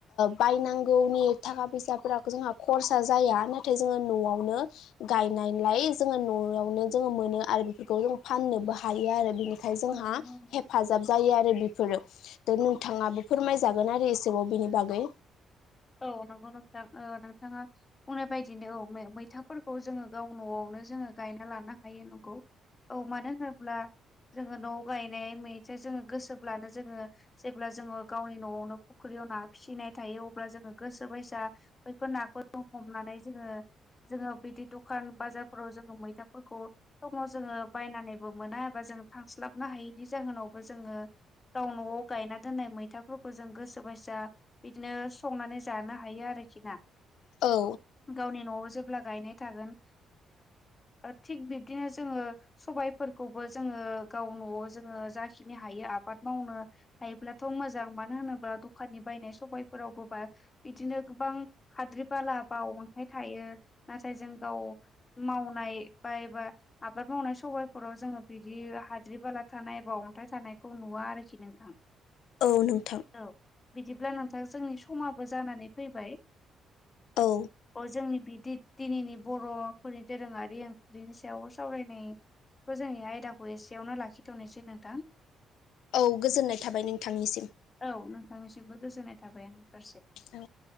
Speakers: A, on the left; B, on the left.
A: बायनांगौनि थाखा फैसाफोर जोंहा खरसा जाया नाथाय जोङो न'आवनो गायनायलाय जोङो न'आवनो जोङो मोनो आरो बेफोरखौ जों फाननोबो हा हायो आरो बिनिखाय जोंहा
B: औ नंगौ नोंथां
A: हेफा जाब जायो आरो बेफोरो थ' नोंथाङाबो फोरमायजागोन आरो एसेबाव बिनि बागै
B: औ नंगौ नोंथां ओ नोंथाङा बुंनाय बायदिनो औ मैथाफोरखौ जोङो गाव न'आवनो जोङो गायना लानो हायो नंगौ औ मानो होनोब्ला जोङो न'आव गायनाय मैथा जोङो गोसोब्लानो जोङो जेब्ला जोङो गावनि न'आवनो फुख्रियाव ना फिसिनाय थायो अ जोङो गोसो बैसा बैफोर नाखौ ज हमनानै जोङो जोङो बिदि दखान बाजारफोराव जोङो मैथाफोरखौ समाव जोङो बायनानैबो मोना एबा जोङो थांस्लाबनो हायैनि जाहोनावबो जोङो गाव न'आव गायना दोननाय मैथाफोरखौ जों गोसो बायसा बिदिनो संनानै जानो हायो आरोखि ना
A: औ
B: गावनि न'आव जेब्ला गायनाय थागोन ओ थिग बिब्दिनो जोङो सबायफोरखौबो जोङो गाव न'आव जोङो जाखिनि हायो आबाद मावनो हायोब्लाथ' मोजां मानो होनोब्ला दखाननि बायनाय सबायफोरावबो बिदिनो गोबां हाद्रि बाला बाव अन्थाइ थायो नाथाय जों गाव मावनाय बा एबा आबाद मावनाय सबायफोराव जोङो बिदि हाद्रि बाला थानाय एबा अन्थाइ थानायखौ नुवा आरोखि नोंथां <unintelligible>
A: औ नोंथां
B: औ बिदिब्ला नोंथां जोंनि समाबो जानानै फैबाय
A: औ
B: जोंनि बिदि दिनैनि बर'फोरनि दोरोङारि ओंख्रिनि सायाव सावरायनाय बेखौ जोंनि आयदाखौ एसेयावनो लाखिथ'नोसै नोंथां
A: औ गोजोननाय थाबाय नोंथांनिसिम
B: औ नोंथांनिसिमबो गोजोननाय थाबाय आंनि फारसे
A: औ